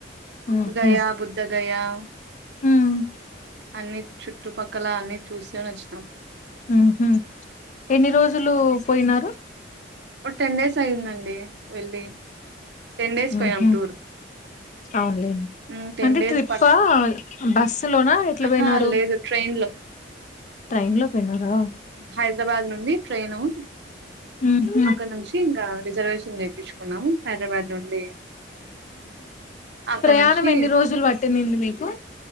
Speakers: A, on the left (about 40°); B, on the right (about 65°).
A: ఆహా
B: దయా బుద్ధ గయా
A: హ్మ్
B: అన్ని చుట్టుపక్కల అన్ని చూసేవచ్చి
A: హుహు ఎన్ని రోజులు పోయినారు
B: ఒక టెన్ డేస్ అయ్యిందండి వెళ్ళి టెన్ డేస్ పోయ్నం
A: ఉహు
B: టూర్
A: అవునులేండి
B: హ్మ్.
A: అంటే
B: డేస్
A: ట్రిప్పా
B: పడుత్
A: బస్సు లోనా ఎట్లా
B: అహా!
A: పోయినారు
B: లేదు ట్రైన్‌లో.
A: ట్రైన్ లో పోయినారా
B: హైదరాబాద్ నుండి ట్రైను
A: ఉహు
B: అక్కడ నుంచి ఇంకా రిజర్వేషన్ చేయించుకున్నాము హైదరాబాద్ నుండి అక్కడ
A: ప్రయాణం
B: నుంచి
A: ఎన్ని రోజులు పట్టిందండి మీకు